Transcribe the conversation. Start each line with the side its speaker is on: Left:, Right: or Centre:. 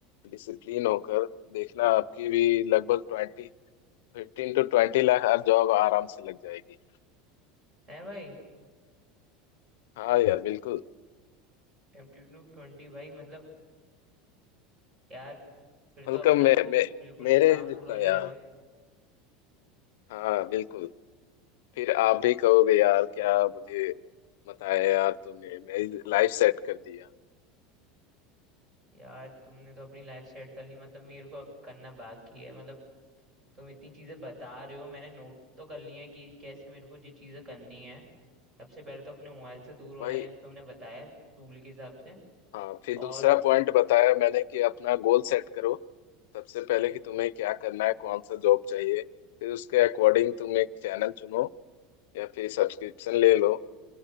Left: डिसिप्लिन होकर देखना आपकी भी लगभग twenty fifteen to twenty lakh आप जॉब आराम से लग जाएगी
Right: है भाई
Left: हाँ यार बिल्कुल
Right: एम टू ट्वेंटी भाई मतलब यार फिर
Left: मतलब
Right: तो अपना
Left: मैं,
Right: वो
Left: मैं
Right: बिल्कुल
Left: मेरे
Right: ही काम
Left: जितना
Right: पूरा हो जाएगा
Left: यार हाँ बिल्कुल फिर आप भी कहोगे यार क्या मुझे बताया यार तूने मेरी लाइफ सेट कर दिया
Right: यार तुमने तो अपनी लाइफ सेट कर ली मतलब मेरे को अब करना बाकी है मतलब तुम इतनी चीजें बता रहे हो मैंने नोट तो कर ली है कि कैसे मेरे को ये चीजें करनी है सबसे पहले तो अपने मोबाइल से दूर होना
Left: भाई
Right: है जैसे तुमने बताया रूल के हिसाब से
Left: हाँ फिर
Right: और
Left: दूसरा पॉइंट बताया मैंने कि अपना गोल सेट करो सबसे पहले कि तुम्हें क्या करना है कौन सा जॉब चाहिए फिर उसके अकॉर्डिंग तुम एक चैनल चुनो या फिर सब्सक्रिप्शन ले लो